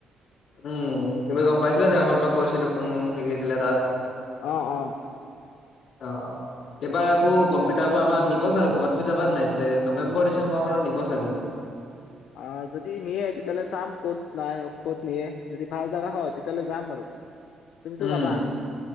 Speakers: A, on the left; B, on the left.
A: উম, তুমি গ'ম পাইছিলা চাগে মই তোমাক কৈছিলোঁ কোন শিকিছিলে। তাত
B: অ', অ'।
A: অ', অ'। এইবাৰ আকৌ কম্পিউটাৰৰ পৰা আমক নি'ব চাগে ক'বাত, তুমি যাবা নে নাই এইফালে? নৱেম্বৰ ডিচেম্বৰ মানত নিব চাগে।
B: অ', যদি নিয়ে তেতিয়াহলে চাম ক'ত নাই ক'ত নিয়ে যদি ভাল জাগা হয়, তেতিয়াহ'লে যাম বাৰু।
A: <inaudible>
B: তুমিতো
A: উম,
B: যাবা?